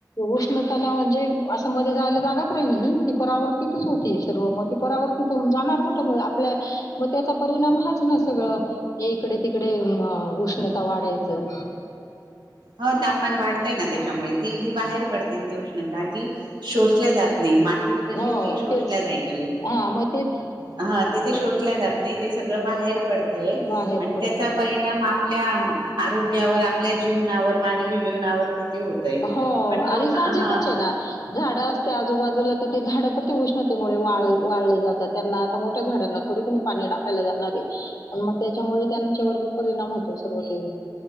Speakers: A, on the left (about 45°); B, on the right (about 75°).
A: उष्णताला म्हणजे असं मध्ये जायला जागच राहिली ना ती परावर्तीतच होती सर्व म ती परावर्ती. तिथून जाणार कुठ मग आपल्या मग त्याचा परिणाम हाच ना सगळं. <inaudible> ते इकडे, तिकडे उष्णता वाढायचं.
B: ह तापमान वाढतंय ना त्याच्यामुळे ती जी बाहेर पडते ते उष्णता ती. शोषल्या जात नाही मातीत कशी
A: हो
B: ती शोषल्या
A: तेच
B: जायची.
A: हा मग तेच
B: हा ते ते शोषल्या जात नाही ते सगळं बाहेर पडतय
A: बाहेर
B: आणि
A: पडते
B: त्याचा परिणाम आप आपल्या आरोग्यावर, आपल्या जीवनावर, मानवी जीवनावर. किती होतय
A: हो
B: पण
A: आणि
B: लोक
A: साजिकच
B: हा
A: आहे ना. झाडं असते आजूबाजूला तर झाड. पण ते उष्णतेमुळे वा वाळले जातात त्यांना आता मोठ्या झाडांना थोडी कोणी पाणी टाकायला जाणार आहे. आणि मग त्याच्यामुळे त्यांच्यावर बी परिणाम होतो सर्व ते.